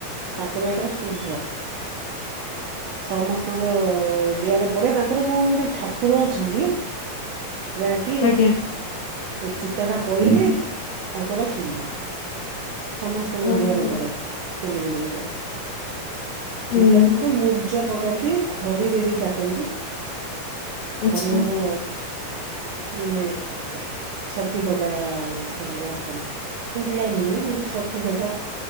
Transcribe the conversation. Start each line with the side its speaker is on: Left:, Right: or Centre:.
Right: ତାଙ୍କର ଏଇଟା ଶୁଭ। ସମସ୍ତଙ୍କ ଦୁଆରେ ପଡେ ତାଙ୍କର କଣ ଗୋଟେ ଠାକୁର ଅଛନ୍ତି। ଯାହାକି
Left: ଆଜ୍ଞା
Right: ଏ ଚିତା ଟା ପଇଲେ ତାଙ୍କର ଶୁଭ। ସମସ୍ତଙ୍କ
Left: ଓହୋ
Right: ଦୁଆରେ ପଡେ ତେଲଗୁ ମାନଙ୍କର
Left: ହୁଁ
Right: ଚିତ ନହେଲେ ମୁରୁ ଚ ପକାନ୍ତି ଖଡିରେ ବି କାଟନ୍ତି।
Left: ଆଛା
Right: ଭଲ ଭଲ ମାନେ ହ୍ ଛକି ପକା ସବୁ ଆଙ୍କନ୍ତି ଫୁଲ ନୁହେଁ କିନ୍ତୁ ଛକି ପକା